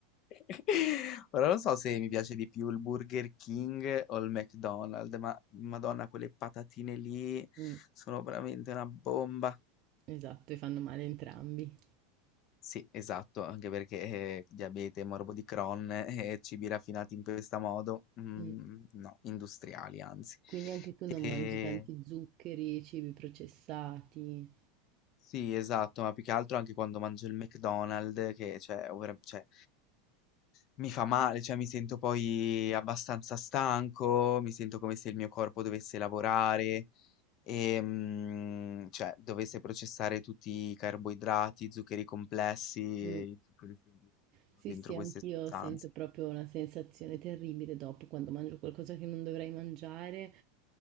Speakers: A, on the left (about 40°); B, on the right (about 45°).
A: <laughs> Ora non so se mi piace di più il Burger King o il McDonald's, ma Madonna, quelle patatine lì
B: Mm,
A: sono veramente una bomba.
B: esatto, e fanno male entrambi.
A: Sì, esatto, anche perché, ehm, diabete, morbo di Crohn e cibi raffinati in questa modo, mhmm,
B: Mm.
A: no, industriali anzi.
B: Quindi anche tu
A: Ehm,
B: non mangi tanti zuccheri, cibi processati.
A: sì, esatto, ma più che altro anche quando mangio il McDonald's che cioè o vera cioè mi fa male, cioè mi sento poi abbastanza stanco, mi sento come se il mio corpo dovesse lavorare. Ehm, cioè dovesse processare tutti i carboidrati, zuccheri complessi
B: Mm.
A: e i zuccheri semplici che sono
B: Sì,
A: dentro
B: sì,
A: queste
B: anch'io
A: sostanze.
B: sento proprio una sensazione terribile dopo quando mangio qualcosa che non dovrei mangiare.